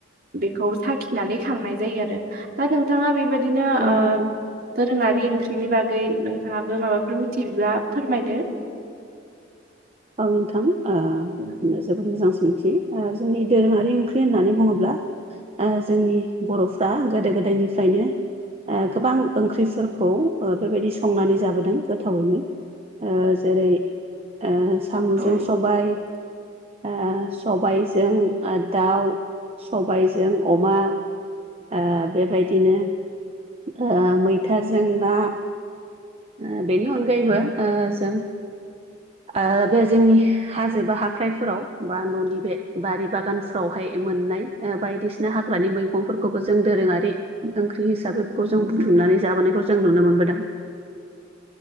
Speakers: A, on the right; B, on the right.
A: बेखौ साखिनानै खांनाय जायो आरो दा नोंथाङा बेबायदिनो ओ
B: औ नोंथां।
A: दोरोङारि ओंख्रिनि बागै नोंथाङाबो माबाफोर मिथियोब्ला फोरमायदो
B: औ नोंथां ओ
A: औ
B: जोबोद मोजां सोंथि ओ जोंनि दोरोङारि ओंख्रि होननानै बुङोब्ला ओ जोंनि बर'फ्रा गोदो गोदायनिफ्रायनो ओ गोबां ओंख्रिफोरखौ ओ बेबायदि संनानै जाबोदों गोथावैनो ओ जेरै ओ साम'जों
A: औ
B: सब बाय ओ सबायजों दाउ सबायजों जों अमा ओ बेबायदिनो ओ मैथाजों ना ओ बेनि अनगायैबो ओ जों ओ बे जोंनि हाजो बा हाख्राइफोराव बा न'नि बे बारि बागानफ्रावहाय मोननाय ओ बायदिसिना हाग्रानि मैगंफोरखौबो जों दोरोङारि ओंख्रि हिसाबै बेखौ जों बुथ्रुमनानै जाबोनायखौ जों नुनो मोनबोदों।